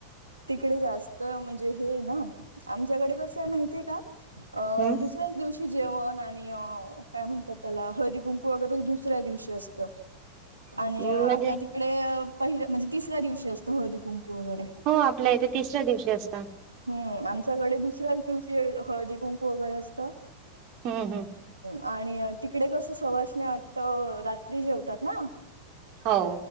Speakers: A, on the right; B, on the right.
A: तिकडे जास्त म्हणजे हे ना... आमच्याकडे कसं आहे माहितीय का
B: हम्म
A: दुसऱ्याच दिवशी जेवण आणि अ, काय म्हणतात त्याला हळदी कुंकू वगैरे दुसऱ्या दिवशी असतं.
B: <inaudible>
A: आणि अ आपल्या
B: म्हणजे
A: तिकडे पहि म्हणजे तिसऱ्या दिवशी असतो हळदी कुंकू. वगैरे.
B: हो आपल्या इथे तिसऱ्या दिवशी असतं.
A: हम्म आमच्याकडे दुसऱ्याच दिवशी हळदी कुंकू वगैरे असतं.
B: हम्म हम्म.
A: आणि तिकडे कसं सवासन्या वाटतं रात्री जेवतात ना.
B: हो.